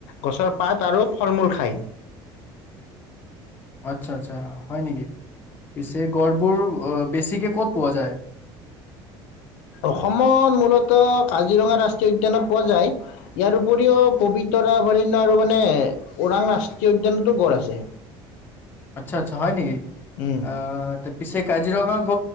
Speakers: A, on the left; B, on the left.
A: গছৰ পাত আৰু ফল মূল খায়।
B: আচ্ছা-আচ্চা। অচ্ছা হয় নেকি? পিছে গড়বোৰ অহ বেছি কে কত পোৱা যায়?
A: অসমত মূলত কাজিৰঙা ৰাষ্ট্ৰীয় উদ্যানত পোৱা যায়। ইয়াৰ উপৰিও পবিতৰা অভয়াৰণ্য আৰু মানে ওৰাং ৰাষ্ট্ৰীয় উদ্যানতো গঢ় আছে।
B: আচ্ছা - আচ্ছা হয় নেকি?
A: উম,
B: আহ, তে পিছে কাজিৰঙা গ